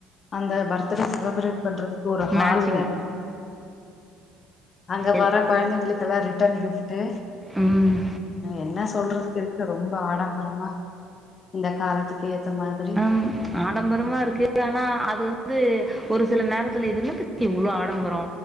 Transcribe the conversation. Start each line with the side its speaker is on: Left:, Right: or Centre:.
Left: அந்த பர்த்டே செலப்பரேட் பண்றதுக்கு ஒரு ஹால்
Centre: மேட்சிங்
Left: வேற அங்க
Centre: எல்
Left: வர்ற கொழந்தைங்களுக்லா ரிட்டன் கிஃப்ட்டு
Centre: ம்
Left: என்ன சொல்றதுக்கு இருக்கு ரொம்ப ஆடம்பரமா இந்த காலத்துக்கு ஏத்த மாதிரி
Centre: ம் ஆடம்பரமா இருக்கு ஆனா அது வந்து ஒரு சில நேரத்துல இது என்னத்துக்கு இவ்ளோ ஆடம்பரோ